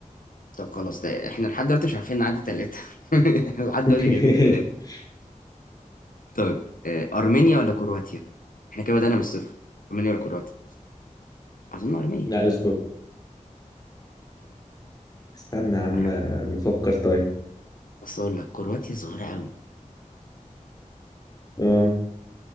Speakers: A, on the left (about 85°); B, on the left (about 30°).
A: طب خلاص ده احنا لحد دلوقتي مش عارفين نعدي ثلاثة <laughs> احنا لحد
B: <laughs>
A: دلوقتي جايبين ثلاثة طيب آه، أرمينيا ولا كرواتيا؟ احنا كده بدأنا من الصفر أرمينيا ولا كرواتيا؟ أظن أرمينيا
B: لا اصبر استنى يا عم
A: أنا
B: نفكر طيب
A: أصل أقول لك كرواتيا صغيرة قوي
B: اه